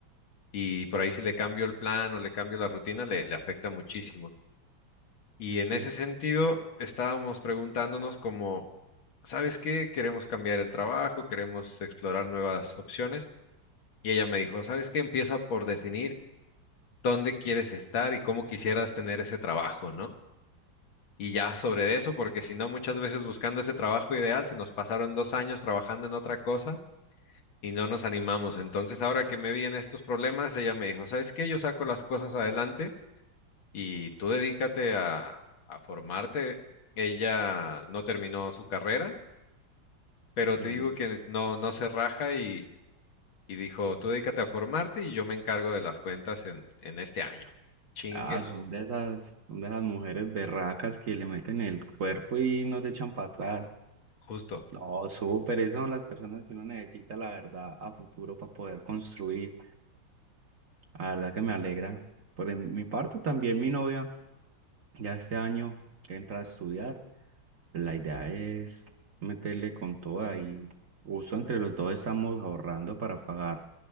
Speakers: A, on the left; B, on the right.
A: y por ahí si le cambio el plan o le cambio la rutina le, le afecta muchísimo. Y en
B: Bien,
A: ese sentido estábamos preguntándonos como, ¿sabes qué? Queremos cambiar el trabajo, queremos explorar nuevas opciones y ella me dijo, ¿sabes qué? Empieza por definir dónde quieres estar y cómo quisieras tener ese trabajo, ¿no? y ya sobre eso, porque si no, muchas veces buscando ese trabajo ideal, se nos pasaron dos años trabajando en otra cosa y no nos animamos. Entonces, ahora que me vi en estos problemas, ella me dijo, ¿sabes qué? Yo saco las cosas adelante y tú dedícate a, a formarte. Ella no terminó su carrera, pero te
B: bien.
A: digo que no, no se raja y, y dijo, tú dedícate a formarte y yo me encargo de las cuentas en, en este año. Chingue
B: Ah,
A: su,
B: son de esas, son de esas mujeres berracas que le meten el cuerpo y no se echan para atrás.
A: justo.
B: No, súper, esas son las personas que uno necesita, la verdad, a futuro para poder construir. La verdad que me alegra. Por en- mi parte, también mi novia ya este año entra a estudiar. La idea es meterle con toda y uso entre los dos estamos ahorrando para pagar